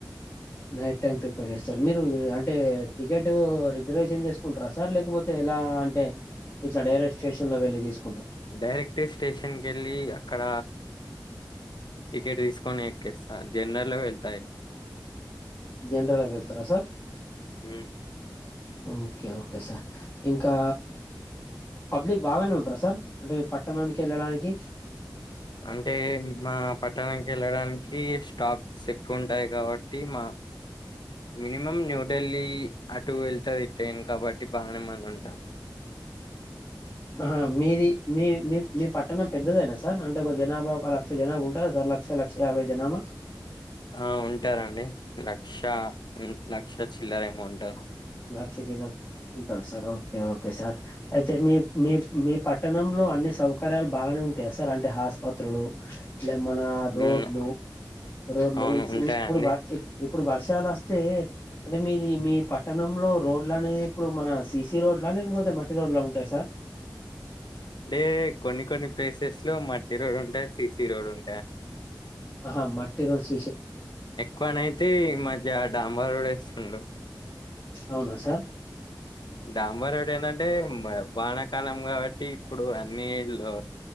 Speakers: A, on the left; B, on the left.
A: నైట్ టైమ్ ప్రిఫ్ ప్రిఫర్ చేస్తారు మీరు అంటే టికెట్ రిజర్వేషన్ చేసుకుంటారా సార్ లేకపోతే ఎలా అంటే ఇట్ల డైరెట్ స్టేషన్ లో వెళ్లి తీసుకు
B: డైరెక్ట్ స్టేషన్ కెళ్ళి అక్కడ టికెట్ తీసుకొని ఎక్కేస్తా జనరల్లో వెళ్తా ఎక్కువగా
A: జనరలో వెళ్తారా సార్
B: ఉమ్
A: ఓకే ఓకే సార్ ఇంకా పబ్లిక్ బాగానే ఉంటారా సార్ అంటే మీ పట్టణానికి వెళ్ళడానికి
B: అంటే మా పట్టణానికి వెళ్ళడానికి డాక్స్ ఎక్కువ ఉంటాయి కాబట్టి మా మినిమం న్యూ ఢిల్లీ అటు వెళ్తంది ట్రైన్ కాబట్టి బాగానే మంది ఉంటామ్
A: ఆ మీది మీ మీ మీ పట్టణం పెద్దదైనా సార్ అంటే జనాభా ఒక లక్ష జనాభా ఉంటందా సార్ ల క్ష లక్ష యాబై జనాబా
B: ఆ ఉంటారండి లక్ష లక్ష చిల్లర ఏమో ఉంటారు
A: క్షీల ఉంటారు సార్ ఓకే ఓకే సార్ అయితే మీ మీ పట్టణంలో అన్ని సౌకర్యాలు బాగానే ఉంటాయా సార్ అంటే ఆస్పత్రులు ఇగా మన రోడ్లు
B: ఉమ్
A: రోడ్లు
B: అవును ఉంటాయండి
A: ఇప్పుడు <unintelligible> ఇప్పుడు వర్షాలు వస్తే అంటే మీది మీ పట్ పట్టణంలో రోడ్ల అనేది ఇప్పుడు మన సిసి రోడ్లా లేకపోతే మట్టి రోడ్లా ఉంటాయి సార్
B: అంటే కొన్ని కొన్ని ప్లేసెస్ లో మట్టి రోడ్ ఉంటాయి సిసి రోడ్ ఉం
A: ఆహా మట్ రోస్
B: ఎక్కువనైతే ఈ మధ్య డాంబా రోడ్ వేస్తుడు
A: అవునా సార్
B: డాంబా రోడ్ ఏందంటే మా వానాకాలం కాబట్టి ఇప్పుడు ఆ నీళ్ళు